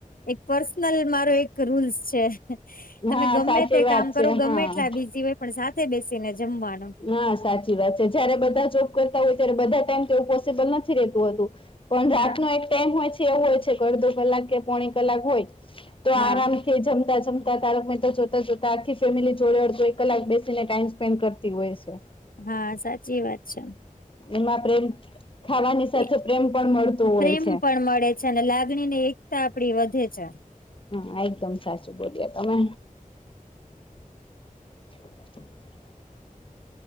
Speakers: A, on the left (about 80°); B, on the left (about 35°).
A: એક પર્સનલ મારો એક ક રૂલ્સ છે. તમે
B: હા
A: ગમે
B: સાચી
A: તે
B: વાત
A: કામ
B: છે
A: કરો, ગમે
B: હા
A: એટલા બિઝી હોય પણ સાથે બેસી ને જમવાનું.
B: હા સાચી વાત છે. જયારે બધા જોબ કરતા હોય ત્યારે બધા ટાઈમ તો એવું પોસિબલ નથી રહેતું હોતું. પણ
A: હા
B: રાતનો એક ટાઈમ હોય છે, એવો હોય છે, કે અડધો કલાક કે પોણી કલાક હોય તો
A: હા
B: આરામથી એ જમતા જમત તાં તારક મહેતા જોતા-જોતા આખી ફેમિલી જોડે અડધો, એક કલાક બેસીને ટાઈમ સ્પેન્ડ કરતી હોય છે.
A: હા સાચી વાત છે.
B: એમાં પ્રેમ, ખાવાની સાથે
A: એ
B: પ્રેમ પણ મળતું
A: પ્રેમ
B: હોય છે.
A: પણ મળે છે, અને લાગણી ને એકતા આપણી વધે છે.
B: હા એકદમ સાચું બોલ્યા તમે. <inaudible>